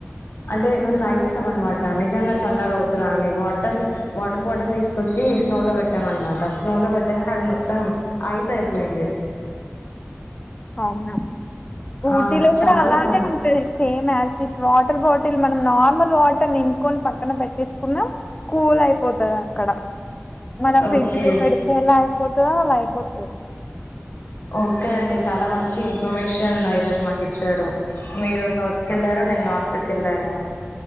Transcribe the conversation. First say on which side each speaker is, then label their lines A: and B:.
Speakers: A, on the left; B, on the left.
A: అంటే మేం ట్రై చేస్ త్తమన్నమాట నిజంగా చల్లగా అవుతదా అని వాటర్ వాటర్ బాటిల్ తీసుకొచ్చి స్నో లో పెట్టాం అన్నమాట స్నో లో పెట్ టంగానే అది మొత్తం ఐస్ సయిపోయింది
B: అవునా
A: ఆ
B: ఊటీలో కూడా
A: చాలా
B: అలానే
A: బాగా
B: ఉంటది సేమ్ మస్టిస్ వాటర్ బాటిల్ మనం నార్మల్ వాటర్ నిప్పుకోని పక్కన పెట్టేసుకున్నా కూల్ అయిపోతది అక్కడ మన ఫ్ర్రిజ
A: ఓకే
B: లో పెడతే ఏలా అయిపో దో అలా అయిపోతది
A: ఓకే అండి చాలా మంచి ఇన్ఫర్మేషన్ ఈరోోజు మాకు ఇచ్చారు మీరు సౌత్ కి వెళ్ళారు నేను నార్త్ కెళ్ళాను